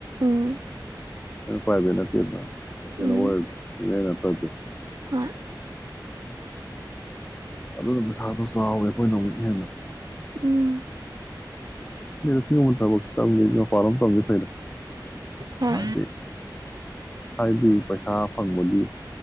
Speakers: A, on the right; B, on the left.
A: ꯎꯝ
B: ꯑꯩꯅ ꯄ꯭ꯔꯥꯏꯚꯦꯠ ꯅꯠꯇꯦꯗꯅ ꯀꯩꯅꯣ
A: ꯎꯝ
B: ꯑꯣꯏꯔꯗꯤ ꯦ ꯅꯠꯇꯁꯨꯨ
A: ꯍꯣꯏ
B: ꯑꯗꯨꯅ ꯄꯩꯁꯥꯗꯣ ꯆꯥꯎꯋꯦ ꯑꯩꯈꯣꯏꯅ ꯑꯃꯨꯛ ꯍꯦꯟꯅ
A: ꯎꯝ
B: ꯁꯤꯒꯨꯝꯕ ꯊꯕꯛꯁꯤ ꯇꯝꯒꯦꯗꯤ ꯃꯄꯥꯟꯣꯝ ꯇꯝꯒꯦ ꯐꯩꯗ
A: ꯍꯣꯏ
B: ꯍꯥꯏꯗꯤ ꯍꯥꯏꯗꯤ ꯄꯩꯁꯥ ꯐꯪꯕꯒꯤ